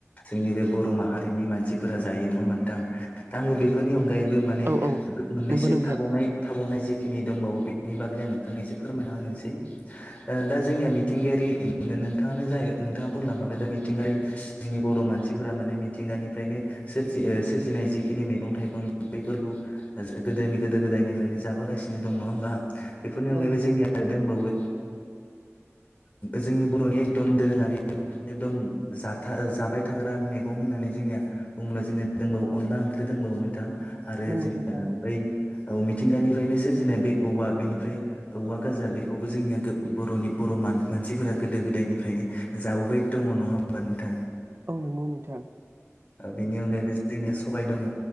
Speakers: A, on the left (about 30°); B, on the right (about 50°).
A: जोंनि बे बर' माहारिनि मानसिफोरा जायो नङा होनबा नोंथां? दा आंबो बेफोरनि अनगायैबो माने
B: औ औ
A: मोननैसो
B: नंगौ नोंथां
A: नाय थाबावनाय जिखिनि दंबावो बेनि बागै आं नोंथांनो एसे फोरमायना होनोसै। दा जोंनिया मिथिंगायारि, नोंथाङानो जाय-नोंथाङा बुंलांखाबाय दा मिथिंगायारि जोंनि बर' मानसिफोरा माने मिथिंगानिफ्रायनो सोरजि-सोरजिनाय जिखिनि मैगं थाइगं बैफोरखौ गोदोनि गोदो गोदायनिफ्रायनो जाबोगासिनो दं नङा होमबा? बेफोरनि
B: औ
A: अनगायैबो
B: नंगौ
A: जोंनिया
B: नोंथां
A: आरो दंबावो जोंनि बर'नि एकदम दोरोङारि एकदम जाबाय थाग्रा मैगं होननानै जोंनिया बुंब्ला जोंनिया दंबावो अनला ओंख्रि दंबावो नोंथां। आरो
B: नंगौ
A: जोंनिय
B: नोंथां औ
A: बै औ। मिथिंगानिफ्रायनो सोरजिनाय बे औवा, बेनिफ्राय औवा गाजा बेखौबो जोंनिया बर'नि बर' मानसिफोरा गोदो गोदायनिफ्रायनो जाबोबाय दङ नङा होमबा नोंथां!
B: औ नंगौ नोंथां।
A: बेनि अनगायैबो जोंनिया सबाय दङ,